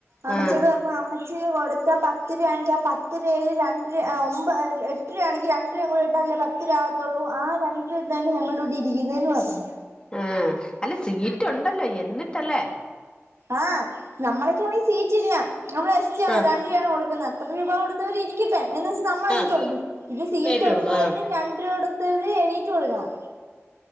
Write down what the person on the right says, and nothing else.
അമ്മച്ചിയോട്
പറഞ്ഞാ അമ്മച്ചി കൊടുത്ത പത്ത് രൂപയാണെങ്കി ആഹ് പത്ത് രുപയിൽ ര ആഹ് ഒമ്പ് എട്ടുരൂപയാണെങ്കിൽ രണ്ടുരൂപ കൂടെ ഇട്ടാലല്ലേ പത്തിരൂപ ആകത്തുള്ളൂ ആ രണ്ട് ഇതാണ് ഞങ്ങളൂടെ ഇരിക്കുന്നതിന് പറഞ്ഞ്
ആഹ് നമ്മളെക്കാണെ സീറ്റില്ല നമ്മൾ എസ്റ്റിയാണ്
രണ്ടുരൂപയാണ് കൊടുക്കുന്നത് <unintelligible> രൂപ കൊടുത്തവര് ഇരിക്കട്ടെ എന്ന് വെച്ച് നമ്മ എണിറ്റു
കൊടുക്കും. ഇത് സീറ്റ്
ഉണ്ടായിട്ടും
രണ്ടുരൂപ കൊടു <unintelligible> എണീറ്റ് കൊടുക്കണം.